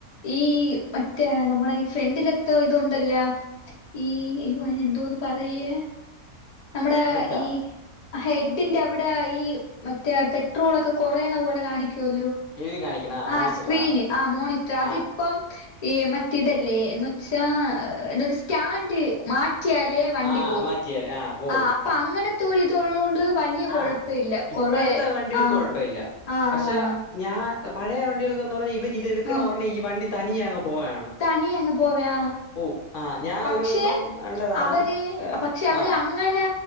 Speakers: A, on the left; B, on the left.
A: ഈ മറ്റേ നമ്മളെ ഈ ഫ്രണ്ടിലെത്തെ ഇതുണ്ടല്ലോ <unintelligible> ഈ ഇയോ അതിനെന്തൊന്നു പറയ്യാ നമ്മുടെ
B: ഹെഡാ
A: ഈ ഹെഡിന്റെ അവിടയായി ഈ മറ്റേ പെട്രോൾ ഒക്കെ കൊറയണ പോലെ കാണിക്കുവല്ലോ
B: എഴുതി കാണിക്കണ
A: ആ
B: മോണിറ്റർ
A: സ്ക്രീന് ആ മോണിറ്റർ അതിപ്പം
B: ആ
A: ഈ മറ്റേ ഇതല്ലേ എന്ന് വെച്ചാ എന്നുവെച്ചാൽ സ്റ്റാൻഡ് മാ റ്റിയാലേ വണ്ടി
B: ആ
A: പോവും
B: മാറ്റിയാൽ ഓ
A: ആ അപ്പൊ അങ്ങനത്തെ ഒരു ഇത് ഉള്ളോണ്ട് വലിയ കൊഴപ്പ
B: ആ
A: ഇല്ല
B: ഇപ്പോഴത്തെ
A: കൊറെ
B: വണ്ടികൾക്ക്
A: ആ
B: കുഴപ്പമില്ല
A: ആ ആ
B: പക്ഷെ ഞാ പഴയ വണ്ടികൾക്കെന്ന്‌ പറഞ്ഞാ ഇവരിത് എടുക്കണോടനേ
A: ആ
B: ഈ വണ്ടി തനിയെ അങ്ങ് പോവാണ്
A: തനിയെ അങ്ങ് പോവയാ
B: പോവും ആ ഞാൻ
A: പക്ഷെ
B: ഒരു ദിവസം കണ്ടതാണ്
A: അവര്
B: ഏഹ്,
A: പക്ഷെ അവര്
B: ആ
A: അങ്ങനെ